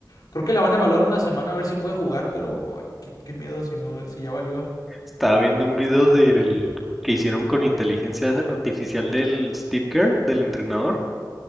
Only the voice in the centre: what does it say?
Estaba viendo un video del que hicieron con inteligencia artificial del Steve Kerr, del entrenador